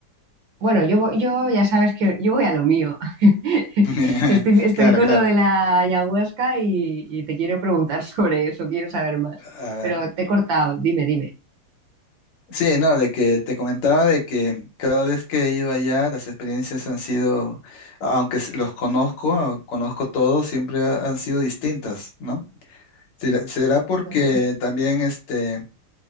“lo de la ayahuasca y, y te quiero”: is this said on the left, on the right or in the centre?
Right